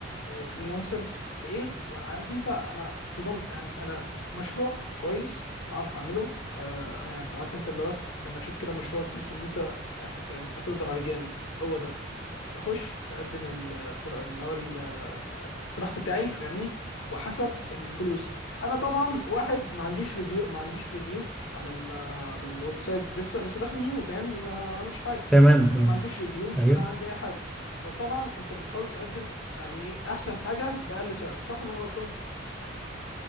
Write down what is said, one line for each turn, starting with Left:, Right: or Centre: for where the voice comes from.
Left: فريلانسر لقيت يعني عارف انت انا اتصدمت يعني انا مشروع كويس اعرف اعمله آه، يعني عارف انت اللي هو لما تشوف كده مشروع تحس ان انت انت انت تقدر عليه جامد هو ده بخش بقدم الطر- اللي هو ال- الاقتراح بتاعي فاهمني وحسب الفلوس انا طبعا واحد ما عنديش ريفيو ما عنديش ريفيو على ال على الويب سايت لسه لسه داخل نيو فاهمني ما عملش حاجه
Centre: تمام تمام
Left: فما عنديش ريفيو
Centre: أيوه
Left: ولا عندي اي حاجه فطبعا انت بتحاول تقدم يعني ايه احسن حاجه باقل سعر صح ولا أنا غلطان